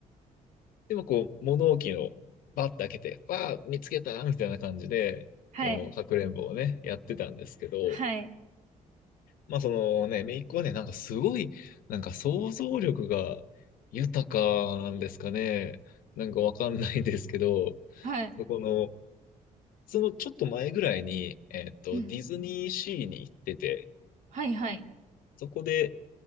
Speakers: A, on the left; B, on the right.
A: でもこう、物置をバッて開けて、わあ、見つけたみたいな感じで、
B: はい。
A: こう、かくれんぼをね、やってたんですけど、
B: はい。
A: まあそのね、姪っ子はね、なんかすごい、なんか想像力が豊かなんですかね。なんかわかんないですけど、
B: はい。
A: そこの、そのちょっと前ぐらいに、えっと、
B: うん。
A: ディズニーシーに行ってて、
B: はい。はい。
A: そこで、